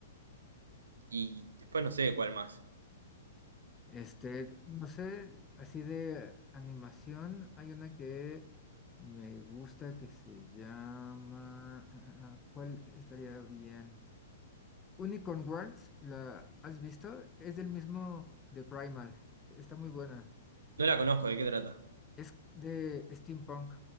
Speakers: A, on the right; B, on the left.
A: Y después no sé cuál más.
B: Este, no sé, así de animación, hay una que me gusta que se llama, ah, ah, ah, ¿cuál estaría bien? Unicorn Wars, ¿la has visto? Es del mismo de Primal, está muy buena.
A: No la conozco, ¿de qué trata?
B: Es de steampunk,